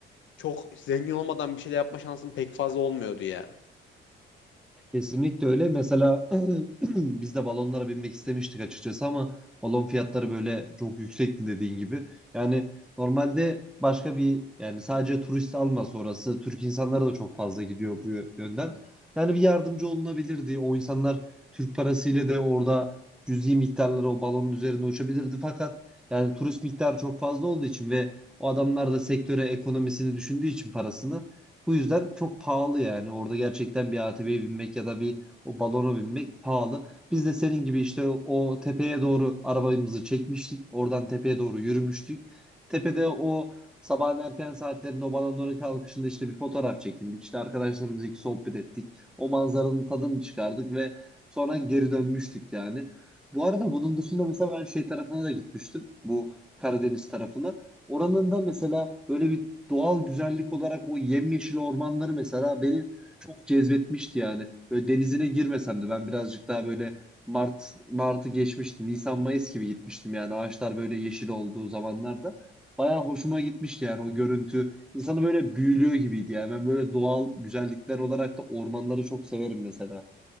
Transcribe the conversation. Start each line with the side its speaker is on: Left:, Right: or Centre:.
Left: çok zengin olmadan bir şeyler yapma şansın pek fazla olmuyordu ya.
Centre: Kesinlikle öyle. Mesela <clears throat> biz de balonlara binmek istemiştik açıkçası ama balon fiyatları böyle çok yüksekti dediğin gibi. Yani normalde başka bir yani sadece turist almaz orası. Türk insanları da çok fazla gidiyor bu yö- yönden. Yani bir yardımcı olunabilirdi. O insanlar Türk parasıyla de orada cüzi miktarları o balonun üzerinde uçabilirdi. Fakat yani turist miktarı çok fazla olduğu için ve o adamlar da sektöre ekonomisini düşündüğü için parasını bu yüzden çok pahalı yani. Orada gerçekten bir ATV'ye binmek ya da bir o balona binmek pahalı. Biz de senin gibi işte o o tepeye doğru arabamızı çekmiştik. Oradan tepeye doğru yürümüştük. Tepede o sabahın erken saatlerinde o balonların kalkışında işte bir fotoğraf çekindik. İşte arkadaşlarımızla iki sohbet ettik. O manzaranın tadını çıkardık ve sonra geri dönmüştük yani. Bu arada bunun dışında mesela ben şey tarafına da gitmiştim. Bu Karadeniz tarafına. Oranın da mesela böyle bir doğal güzellik olarak o yemyeşil ormanları mesela beni çok cezbetmişti yani. Böyle denizine girmesem de ben birazcık daha böyle Mart Mart'ı geçmişti. Nisan Mayıs gibi gitmiştim yani ağaçlar böyle yeşil olduğu zamanlarda. Bayağı hoşuma gitmişti yani o görüntü. İnsanı böyle büyülüyor gibiydi yani. Ben böyle doğal güzellikler olarak da ormanları çok severim mesela.